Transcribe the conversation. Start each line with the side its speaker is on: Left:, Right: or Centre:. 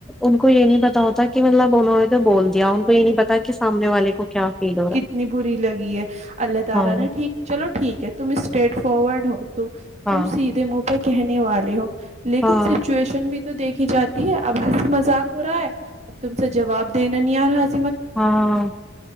Centre: ان کو یہ نہیں پتا ہوتا کہ مطلب انہوں نے بول دیا ان کو یہ نہیں پتا کہ سامنے والے کو کیا فیل ہو رہا
Right: کتنی بری لگی ہے اللہ
Centre: ہے
Right: تعالی
Centre: ہاں
Right: نے ٹھیک چلو ٹھیک ہے تم اس پلیٹ ہو ت
Centre: ہاں
Right: تم سیدھے منہ پہ کہنے والے ہو لیکن
Centre: ہاں
Right: سچویشن بھی تو دیکھی جاتی ہے اب ہس مذاق ہو رہا ہے اب تم سے جواب دینا نہیں آ رہا تھا
Centre: ہاں